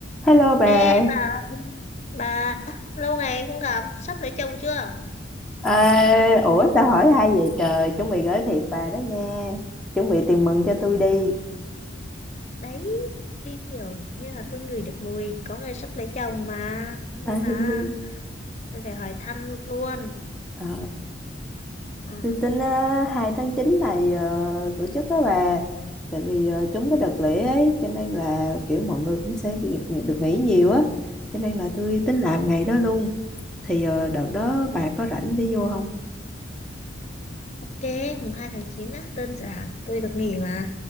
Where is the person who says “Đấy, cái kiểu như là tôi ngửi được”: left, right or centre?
Left